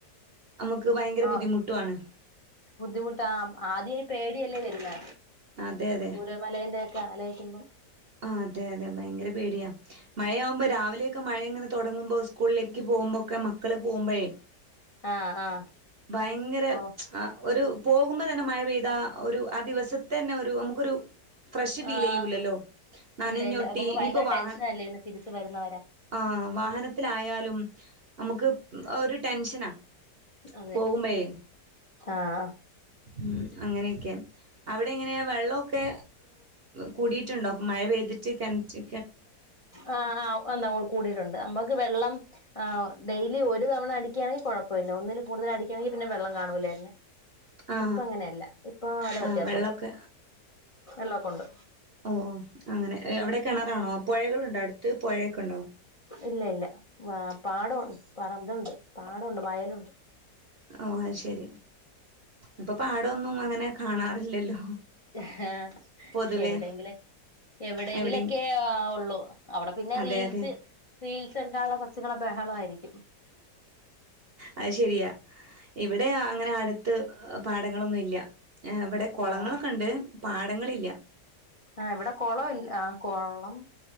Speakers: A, on the right; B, on the left.
A: നമുക്ക് ഭയങ്കര
B: ആഹ്
A: ബുദ്ധിമുട്ടും ആണ്
B: ബുദ്ധിമുട്ടാ ആദ്യ ഈ പേടിയല്ലേ വരുന്നേ
A: അതെ അതെ
B: ചൂരൽമലന്റെ ഒക്കെ ആലോയ്ക്കുമ്പം
A: അതെ അതെ ഭയങ്കര പേടിയാ മഴയാവുമ്പോ രാവിലെയൊക്കെ മഴ ഇങ്ങനെ തൊടങ്ങുമ്പോ സ്കൂളിലേക്ക് പോകുമ്പോക്കെ മക്കൾ പോകുമ്പഴേ
B: ആഹ് ആഹ്
A: ഭയങ്കര
B: ഓഹ്
A: ആ ഒരു പോകുമ്പോ തന്നെ മഴ പെയ്താ ഒരു ആ ദിവസത്തെന്നെ ഒരു നമുക്കൊരു ഫ്രഷ് ഫീൽ
B: ആഹ്
A: ചെയ്യൂലല്ലോ നനഞ്ഞൊട്ടി
B: ഇല്ല ഇല്ല നമുക്ക്
A: ഇനിപ്പൊ
B: ഭയങ്കര
A: വാഹൻ,
B: ടെൻഷനല്ലേ പിന്നെ തിരിച്ച് വരുന്നവരെ
A: ആഹ് വാഹനത്തിലായാലും നമുക്ക് ഒരു ടെൻഷനാ.
B: അതെ
A: പോകുമ്പഴേ
B: ആഹ്
A: ഉം അങ്ങനെയൊക്കെ. അവിടെ എങ്ങനെയാ വെള്ള ഒക്കെ കൂടിയിട്ടുണ്ടോ മഴ പെയ്തിട്ട് കെൻ്റ്റ്
B: ആഹ് ആഹ് എന്താ ഓഹ് കൂടിയിട്ടുണ്ട് നമ്മക്ക് വെള്ളം ആഹ് ഡെയിലി ഒരു തവണ അടിക്ക്യാണെങ്കി കുഴപ്പ ഇല്ല. ഒന്നിൽ കൂടുതൽ അടിക്കാണെങ്കിൽ പിന്നെ വെള്ളം കാണൂല്ലായിര്ന്ന്.
A: ആ
B: ഇപ്പ അങ്ങനെയല്ല ഇപ്പൊ നല്ല വ്യത്യാസം
A: ആ വെള്ളമൊക്കെ
B: ഉണ്ട് വെള്ളമൊക്കെ ഉണ്ട്.
A: ഓഹ് അങ്ങനെ. എഅവിടെ കിണറാണോ പൊഴകളുണ്ടോ അടുത്ത്, പൊഴൊക്കെണ്ടോ?
B: ഇല്ല ഇല്ല വാ പാടവാണ് പറ ഇതുണ്ട് പാടുണ്ട് വയലുണ്ട്.
A: ഓഹ് അത് ശെരി. ഇപ്പൊ പാട ഒന്നും അങ്ങനെ കാണാറില്ലല്ലോ.
B: എഹ്ആഹ്
A: പൊതുവേ
B: എവിടെയെങ്കില് എവിടെയെങ്കിലൊക്കെ
A: എവിടെയും
B: ഉള്ളൂ. അവിടെ പിന്നെ
A: അതെ
B: റീൽസ്
A: അതെ
B: റീൽച്ചെടുക്കാനുള്ള കൊച്ചുങ്ങളെ ബഹളമായിയിരിക്കും.
A: അഹ് ശരിയാ. ഇവിടെ അങ്ങനെ അടുത്ത് പാടങ്ങളൊന്നു ഇല്ല്യ. ഏഹ് ഇവടെ കൊളങ്ങളൊക്കെണ്ട്.
B: ആഹ്
A: പാടങ്ങളില്ല്യ.
B: ആഹ് ഇവിടെ കൊളവിൽ, ആഹ് കൊളം